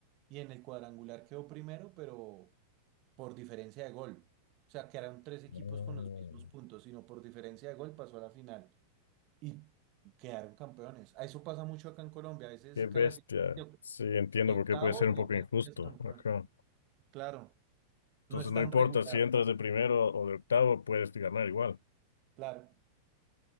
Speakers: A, on the right; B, on the left.
A: y en el cuadrangular quedó primero, pero por diferencia de gol. O sea, que eran tres equipos
B: Oh,
A: con los mismos puntos, sino por diferencia de gol pasó a la final y quedaron campeones. A eso pasa mucho acá en Colombia. A veces
B: qué bestia.
A: clasifican de oc-
B: Sí, entiendo
A: de octavo
B: por qué puede ser un poco
A: y aún
B: injusto.
A: así es campeón.
B: Ajá.
A: Claro,
B: Entonces,
A: no es
B: no
A: tan
B: importa
A: regular.
B: si entras de primero o de octavo, puedes ganar igual.
A: Claro,